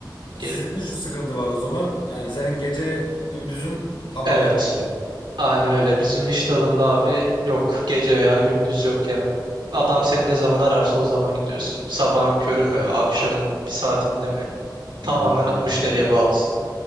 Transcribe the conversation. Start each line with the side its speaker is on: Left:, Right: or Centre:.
Right: Gelip.
Left: Sizde de şu sıkıntı var o zaman. Yani senin gece gündüzün tamamen
Right: Evet.
Left: gitti.
Right: Aynen öyle. Bizim iş dalında abi yok. Gece veya gündüz yok yani. Adam seni ne zaman ararsa o zaman gidiyorsun. Sabahın körü mü, akşamın bir saatinde mi?
Left: Hmm.
Right: Tamamen müşteriye bağlısın.